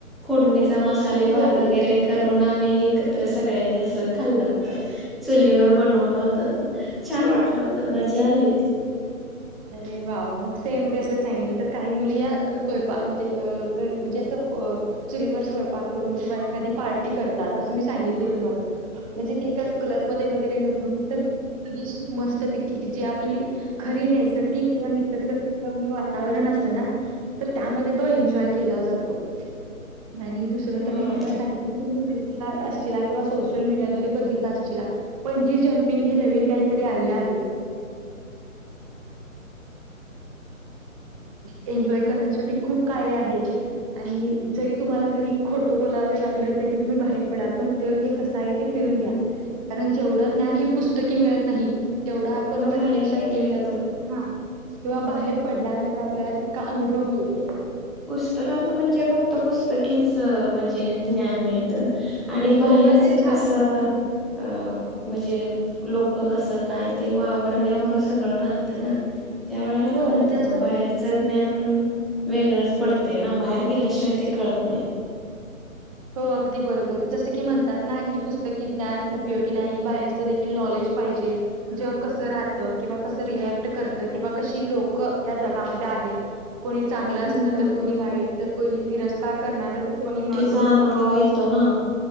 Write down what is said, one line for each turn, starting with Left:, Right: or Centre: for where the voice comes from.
Centre: फोडणी चा मसाला
Right: तुझीवरील
Centre: भात वैगरे कर मी एकत्र सगळ्यांनी अस खाल्लं होत चुलीवर बनवलं होत छान वाट होता मज्या आली होती
Right: अरे वा मग सेम तसच सांगेन तर काही मुली या स्वयंपाक म्हणजे घरी म्हणजे असं चुवर स्वयकून क एखा पार्टी करतात अस मी सांगित तुम्हाला म्हण एका क्लबमध्येध्ये वगैरे नसून तरेशीर मस्त पिक जी आपली खरी नाही नैसर्गिक किंवा निसर्ग कमी वातावरण असत ना तर त्यामध्ये तो एन्जॉय केला जातो आणि दुसरं
Centre: हम्म.
Right: तर मी तुम्हाला सागेल की तुम्ही किंवा सोशल मीडियाद्वारे बघितलाश पण जी जमपिंग हे नवीन काहीतरी आले आहे <inaudible> एन्जॉय करण्यासाठी खूप काही आहे आणि जरी तुम्हाला घरी खोटो बोलाववे लागलं तरी तुम्ही बाहेर पडा पण जग हे कस आहे ते फिरून घ्या कारण जेवढं ज्ञान हे पुस्तकी मिळत नाही तेवढं आपण प्रत्यक्षात
Centre: बाहेर हे
Right: गेल्यावरत
Centre: मिळतं.
Right: किंवा बाहेर पडल्यानंतर आपल्याला तितका अनुभव मिळत
Centre: पुस्तकातलं म्हणजे फक्त पुस्तकीेच म्हणजे ज्ञान मिळत आणि
Right: जेवढं
Centre: बाहेरच
Right: ते छापील
Centre: कसं
Right: हा
Centre: अ म्हणजे लोक कसं काय ते वावरण्यावर सगळं राहत ना त्या वेळेला
Right: हो
Centre: कळतं
Right: म्हणजे असं
Centre: मग बाहेरचं ज्ञान वेगळंच पडतना बाहेर गेल्याशिवाय ते कळत नाही
Right: हो अगदी बरोबर जसं की म्हणतात ना की पुस्तकी ज्ञान उपयोगी नाही बाहेरचं देखील नॉलेज <inaudible> किंवा कस रिक्ट करत किंवा कशी लोक या जगामध्ये आहेत कोणी चांगलं असत
Centre: हम्म.
Right: तर कोणी वाईट तर कोणी तिरस्कार करणार तर कोणी माग
Centre: चा अनुभव येतो ना